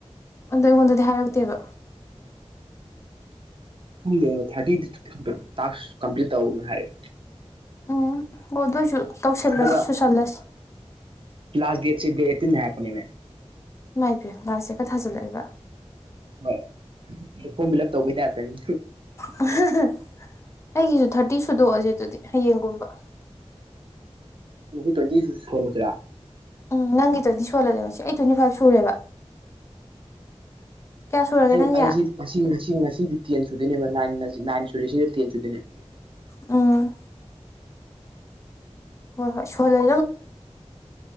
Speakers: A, on the left (about 25°); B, on the right (about 50°).
A: ꯑꯗꯣ ꯑꯩꯉꯣꯟꯗꯗꯤ ꯍꯥꯏꯔꯛꯇꯦꯕ
B: ꯈꯪꯗꯦ ꯑꯗꯣ ꯊꯥꯔꯇꯤ ꯇꯦꯛꯁ ꯀꯝꯄ꯭ꯂꯤꯠ ꯇꯧꯅ ꯍꯥꯏꯔꯛꯑꯦ
A: ꯎꯝ ꯍꯣ ꯑꯗꯨ ꯑꯣꯏꯁꯨ ꯇꯧꯁꯜꯂꯁꯤ
B: ꯑꯗꯨꯒ
A: ꯁꯨꯁꯜꯂꯁꯤ
B: ꯂꯥꯁ ꯗꯦꯠꯁꯦ ꯗꯦꯠ ꯑꯦꯠꯇꯤꯟꯅꯦ ꯍꯥꯏꯕꯅꯤꯅꯦ
A: ꯏꯃꯥꯏ ꯄꯦꯝꯃ ꯂꯥꯁ ꯗꯦꯠꯀ ꯊꯥꯖꯜꯂꯛꯏꯕ
B: ꯍꯣꯏ ꯐꯣꯔꯝ ꯐꯤꯜ ꯑꯞ ꯇꯧꯕꯩ ꯇꯥꯢꯞꯇꯅꯤ
A: ꯑ ꯍꯥ ꯍꯥ ꯑꯩꯒꯤꯁꯨ ꯊꯥꯔꯇꯤ ꯁꯨꯗꯣꯛꯑꯁꯦ ꯑꯗꯨꯗꯤ ꯍꯌꯦꯡꯒꯨꯝꯕ
B: ꯉꯁꯤ ꯇ꯭ꯋꯦꯟꯇꯤ ꯁꯨꯍꯜꯂꯁꯤꯔꯥ
A: ꯎꯝ ꯅꯪꯒꯤꯗꯨꯗꯤ ꯁꯨꯍꯜꯂꯁꯦ ꯉꯁꯤ ꯑꯩꯒꯤ ꯇ꯭ꯋꯦꯟꯇꯤ ꯐꯥꯏꯚ ꯁꯨꯔꯦꯕ ꯀꯌꯥ ꯁꯨꯔꯒꯦ
B: ꯑꯩ
A: ꯅꯪꯒꯤ
B: ꯑꯩ ꯉꯁꯤꯗꯤ ꯉꯁꯤ ꯉꯁꯤ ꯉꯁꯤꯗꯤ ꯇꯦꯟ ꯁꯨꯗꯣꯏꯅꯦꯕ ꯅꯥꯏꯟ ꯁꯨꯔꯦ ꯁꯤꯒ ꯇꯦꯟ ꯁꯨꯗꯣꯏꯅꯦꯕ
A: ꯎꯝ ꯍꯣꯏ ꯍꯣꯏ ꯁꯣꯏꯍꯂ